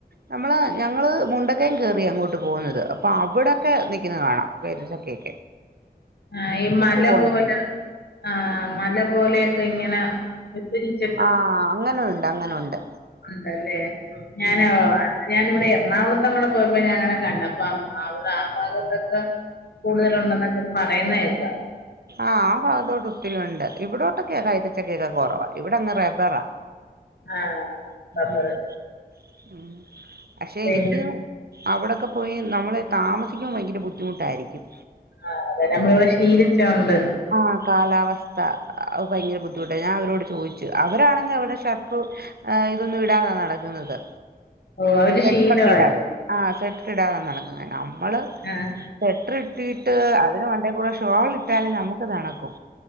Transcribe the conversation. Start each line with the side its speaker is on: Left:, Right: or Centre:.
Right: നമ്മള് ഞങ്ങള് മുണ്ടക്കയം കേറി അങ്ങോട്ട് പോകുന്നത് അപ്പൊ അവിടൊക്കെ നിക്കുന്നത് കാണാം കൈതചക്കെക്ക
Left: ആ ഈ മല
Right: പോന്നടത്ത്
Left: പോലെ ആഹ് മല പോലെ ഇങ്ങനെ <unintelligible>
Right: ആഹ് അങ്ങനെ ഉണ്ട് അങ്ങനെ ഉണ്ട്
Left: ഉണ്ടല്ലേ ഞാനോ
Right: ഉം
Left: ഞാനിവിടെ എറണാകുളത്തങ്ങടെ പോയപ്പോ ഞാൻ അങ്ങനെ കണ്ടു അപ്പൊ അവിടെ ആ ഭാഗത്തൊക്കെ കൂടുതല് ഉണ്ടെന്നൊക്കെ പറയുന്ന കേക്കാ
Right: ആഹ് ആ ഭാഗത്തോട്ട് ഒത്തിരി ഉണ്ട് ഇവിടോട്ടൊക്കെയാ കൈതച്ചക്കയക്ക കൊറവ് ഇവിടെങ്ങ് റെബറാ
Left: ആ
Right: ഉം
Left: റബ്ബർ
Right: ഉം പക്ഷെ
Left: പിന്നെ
Right: എനിക്ക് അവിടൊക്കെ പോയി നമ്മള് താമസിക്കുമ്പ ഭയങ്കര ബുദ്ധിമുട്ടായിരിക്കും
Left: ആ അതെ നമ്മളിവിടെ ശീലിച്ചോണ്ട്
Right: ആ കാലാവസ്ഥ ഭയങ്കര ബുദ്ധിമുട്ടാ ഞാൻ അവരോട് ചോദിച്ചു അവരാണെങ്കി അവരുടെ ഷർ ആ ഇതൊന്നും ഇടാതാ നടക്കുന്നത്
Left: ഓ അവര്
Right: സ്വറ്ററൊക്കെ
Left: ശീലമായി
Right: ഇടാതെ ആ സ്വറ്റർ ഇടാതെ നടക്കുന്ന നമ്മള്
Left: ആ
Right: സ്വറ്റർ ഇട്ടിട്ട് അതിന് മണ്ടേ കൂടെ ഷോള് ഇട്ടാല് നമുക്ക് തണുക്കും